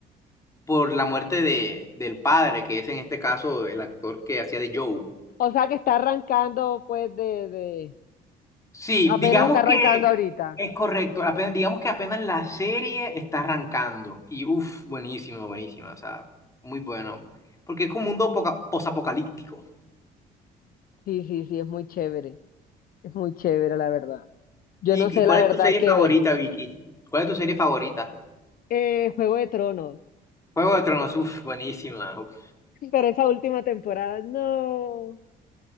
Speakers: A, on the left; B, on the left.
A: por la muerte de, del padre, que es en este caso el actor que hacía de Joe.
B: O sea que está arrancando, pues, de, de,
A: Sí,
B: apenas
A: digamos
B: está arrancando
A: que
B: ahorita.
A: es correcto, apenas, digamos que apenas la serie está arrancando y uff, buenísimo, buenísima, o sea, muy bueno, porque es como un mundo poca- posapocalíptico.
B: Sí, sí, sí, es muy chévere. Es muy chévere, la verdad. Yo
A: ¿Y,
B: no sé
A: y cuál
B: la verdad
A: es tu serie
B: qué
A: favorita,
B: ver.
A: Vicky? ¿Cuál es tu serie favorita?
B: Eh, Juego de Tronos.
A: Juego de Tronos, uf, buenísima. uf.
B: Pero esa última temporada, no.